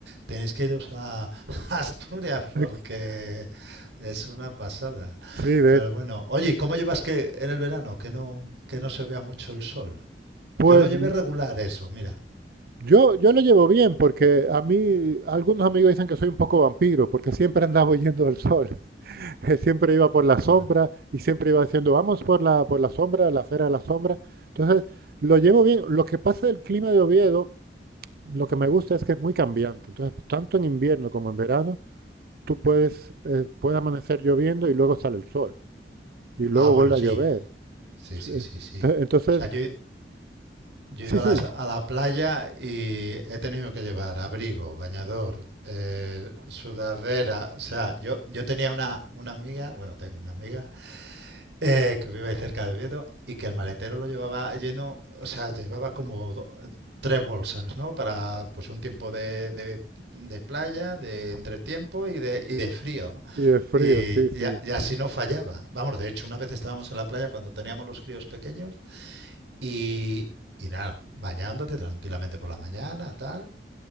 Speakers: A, on the right; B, on the right.
A: tenéis que iros a, <laughs> a Asturias porque
B: <laughs>
A: es una pasada.
B: Sí, de-
A: Pero bueno, oye, ¿y ¿cómo llevas que en el verano que no, que no se vea mucho el sol?
B: pues
A: Yo lo llevé
B: m-
A: regular eso, mira.
B: yo, yo lo llevo bien, porque a mí algunos amigos dicen que soy un poco vampiro, porque siempre andaba <laughs> huyendo del sol, <laughs> eh, siempre iba
A: Uh,
B: por la sombra y siempre iba diciendo, vamos por la, por la sombra, la acera de la sombra. Entonces, lo llevo bien. Lo que pasa del clima de Oviedo Lo que me gusta es que es muy cambiante. Entonces, tanto en invierno como en verano, tú puedes, eh, puede amanecer lloviendo y luego sale el sol. Y luego
A: Ah, bueno,
B: vuelve
A: sí,
B: a llover.
A: sí,
B: Sí,
A: sí, sí, sí.
B: ento- Entonces,
A: O sea, yo, Yo
B: sí,
A: he ido a
B: sí.
A: las- a la, playa y he tenido que llevar abrigo, bañador, eh, sudadera. O sea, yo, yo tenía una, una amiga, bueno, tengo una amiga, eh, que vive ahí cerca de Oviedo y que el maletero lo llevaba lleno, o sea, llevaba como do- tres bolsas, ¿no? Para pues un tiempo de, de- de playa, de entretiempo y de, y de frío.
B: Y de frío,
A: Y,
B: sí, sí,
A: y a- y así no fallaba. Vamos, de hecho, una vez estábamos en la playa cuando teníamos los críos pequeños. Y, y nada, bañándote tranquilamente por la mañana, tal.